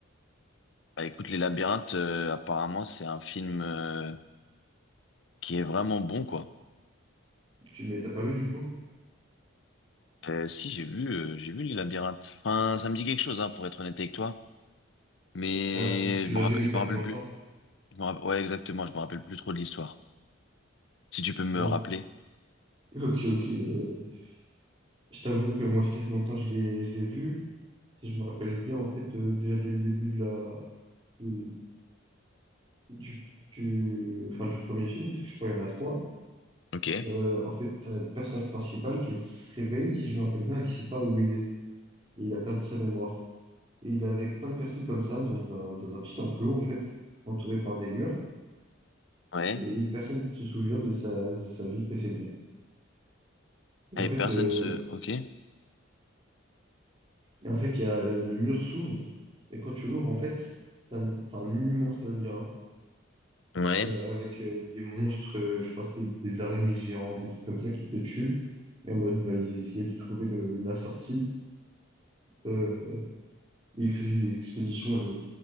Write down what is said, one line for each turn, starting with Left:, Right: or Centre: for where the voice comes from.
Left: Bah, écoute, les labyrinthes, euh, apparemment, c'est un film, euh, qui est vraiment bon, quoi.
Right: Tu, mais t'as pas vu du coup?
Left: Euh, si, j'ai vu, euh, j'ai vu les labyrinthes. Enfin, ça me dit quelque chose, hein, pour être honnête avec toi. Mais
Right: Ah, peut-être tu
Left: je me
Right: l'as
Left: rappelle,
Right: vu, mais ça
Left: je me rappelle
Right: fait longtemps.
Left: plus. Je me rappelle- ouais, exactement, je me rappelle plus trop de l'histoire. Si tu peux me
Right: Ok,
Left: rappeler.
Right: ok. ok, euh, je t'avoue que moi, ça fait longtemps que je l'ai, je l'ai vu. Si je me rappelle bien, en fait, euh, déjà dès le début de la, de- du, du, enfin, du premier film, parce que je crois qu'il y en a trois,
Left: Ok,
Right: euh, en fait, t'as le personnage principal qui se réveille, si je me rappelle bien, et qui sait pas où il est. Et il a perdu sa mémoire. Et il est avec plein de personnes comme ça, dans un, dans un petit enclos, en fait, entouré par des murs,
Left: ouais.
Right: et personne ne se souvient de sa, de sa vie précédente. Et
Left: Et
Right: en fait,
Left: personne
Right: euh,
Left: se... Ok.
Right: Et en fait, il y a, euh, le mur s'ouvre, et quand tu l'ouvres, en fait, t'as un, t'as un immense labyrinthe
Left: Ouais,
Right: euh, avec euh, des monstres, euh, je crois que c'était des araignées géantes, des trucs comme ça qui te tuent. Et en mode, bah, ils essayaient de trouver le, la sortie. Euh, ils faisaient des expéditions, je,